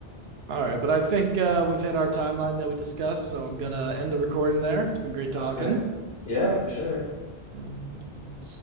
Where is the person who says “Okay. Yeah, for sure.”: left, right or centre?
Left